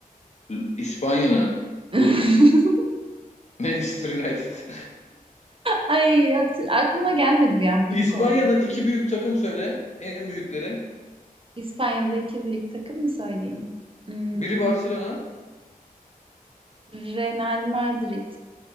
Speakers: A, on the left; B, on the right.
A: L- İspanya'nın.
B: <laughs>
A: Manchester United.
B: Ay at- aklıma gelmedi
A: <laughs>
B: bir an panik
A: İspanya'dan
B: oldum.
A: iki büyük takım söyle. En büyükleri.
B: İspanya'daki büyük takım mı söyleyeyim? Hmm,
A: Biri Barcelona.
B: Real Madrid.